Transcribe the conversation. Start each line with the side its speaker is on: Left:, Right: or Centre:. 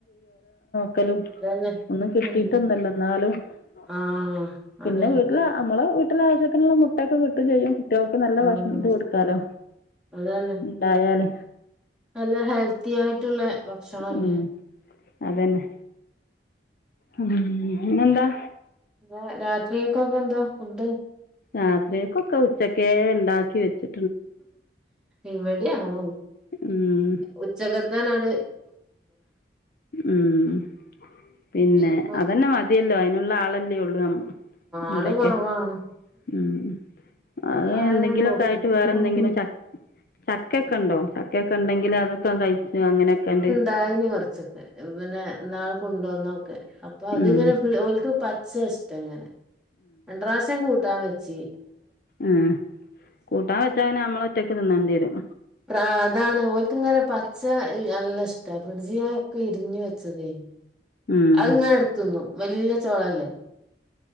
Left: ക്കലു
Centre: അതന്നെ
Left: ഒന്നും കിട്ടീട്ടൊന്നും
Centre: ഉം
Left: അല്ല ന്നാലും <unintelligible>
Centre: ആഹ്
Left: പിന്നെ
Centre: അതന്നെ
Left: വീട്ടില് നമ്മളെവീ ട്ടിലെ ആവിശ്യത്തിനുള്ള മുട്ടക്കെ കിട്ടും ചെയ്യും കുട്ടികൾക്ക് നല്ല
Centre: ആഹ്
Left: ഭക്ഷണം ക്കെ കൊടുക്കാലോ
Centre: അതന്നെ
Left: ഉണ്ടായാല്
Centre: നല്ല ഹെൽത്തി ആയിട്ടുള്ള ഭക്ഷണല്ലേ
Left: ഉം അതന്നെ ഉം പിന്നെ ന്താ
Centre: എ രാത്രിയൊക്കെ ഒക്കെ എന്തോ ഫുഡ്
Left: ആ കേക്കൊക്കെ ഉച്ചക്കെ ണ്ടാക്കിവെച്ച്
Centre: ഇവിടിം അങ്ങനെ
Left: ഉം
Centre: ഉച്ചക്കത്തെന്നാണ്ട്
Left: ഉം പിന്നെ
Centre: പിന്നെപ്പം
Left: അതന്നെ മതിയല്ലോ അയിനുള്ള ആളല്ലേ ഉള്ളൂ നമ് ഇവിടക്കെ
Centre: ആള് കൊറവാണ്
Left: ഉം അഹ്
Centre: അപ്പൊ അതന്നട്
Left: എന്തെങ്കിലുക്കെ
Centre: ഒപ്പിക്കും
Left: ആയിട്ട് വേറെ എന്തെങ്കിലും ച ചക്ക ക്ക ണ്ടോ ചക്കൊക്കെ ഉണ്ടെങ്കിൽ അതക് ക്കെ കഴിച്ചു അങ്ങനെയൊക്കെആണ്ട്
Centre: ണ്ടായിനി കുറച്ചൊക്കെ പിന്നെ നാൾ കൊണ്ടോന്നൊക്കെ അപ്പൊ അതിങ്ങനെക്കെ
Left: ഉം
Centre: ഓല്ക്ക് പച്ചേ ഇഷ് തങ്ങനെ രണ്ട് റാശ്യം കൂട്ടാൻ വെ ച്
Left: അഹ് കൂട്ടാൻ വെച്ച പിന്നെ നമ്മളൊ റ്റക്ക് തിന്നേണ്ടി വരും
Centre: പ്രാ അതാണ് ഓൽക്ക്‌ ങ്ങനെ പച്ച നല്ല ഇഷ്ട ഫ്രിഡ്ജില് ഒക്കെ ഇരിഞ്ഞ് വെ ച്ചെതേ
Left: ഉം
Centre: അഹ് ങ്ങനെ എടുത്ത്ന്നും വല്ല്യ ചോളല്ലേ